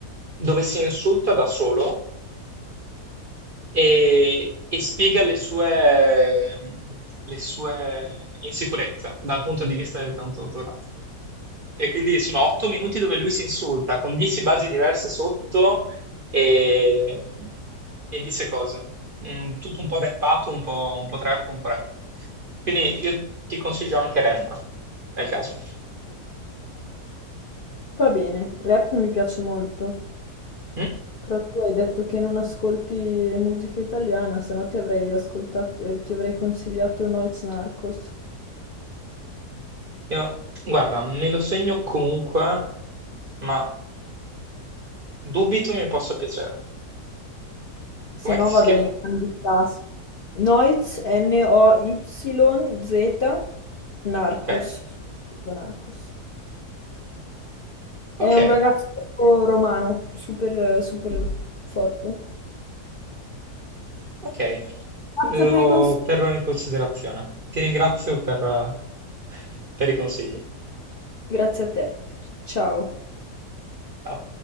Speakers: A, on the right; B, on the left.
A: dove si insulta da solo e, e spiega le sue, le sue insicurezze dal punto di vista del cantautorato. E quindi sono otto minuti dove lui si insulta con dieci basi diverse sotto e, e dice cose. Mm, tutto un po' rappato, un po', un po' trap, un po' rap. Quindi io ti consiglio anche rap, nel caso.
B: Va bene, rap mi piace molto.
A: Mm?
B: Però tu hai detto che non ascolti musica italiana, se no ti avrei ascoltato, eh, ti avrei consigliato Noiz Narcos.
A: Io- guarda, me lo segno comunque, ma dubito mi possa piacere. Com'è
B: Se
A: che
B: no
A: si
B: va
A: scrive?
B: bene, grandi classici. Noiz, N-O-Y-Z, Narcos.
A: Ok,
B: scritto Narcos. È
A: ok,
B: un ragazzo romano, super, super forte.
A: ok.
B: Grazie
A: Lo
B: per i consigli.
A: terrò in considerazione. Ti ringrazio per, eh, <laughs> per i consigli.
B: Grazie a te. Ciao.
A: Ciao.